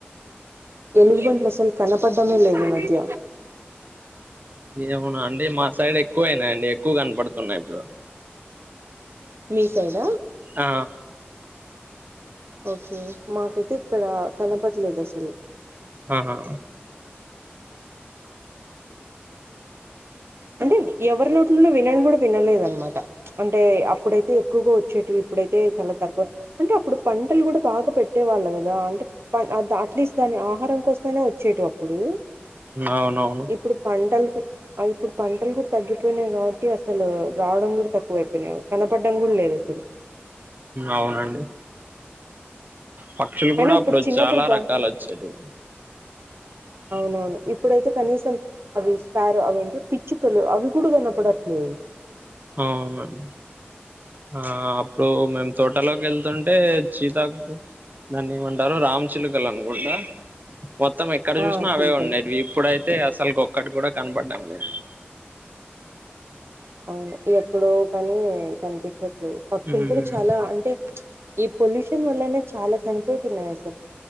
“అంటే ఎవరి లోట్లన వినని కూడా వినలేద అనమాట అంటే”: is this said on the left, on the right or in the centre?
Right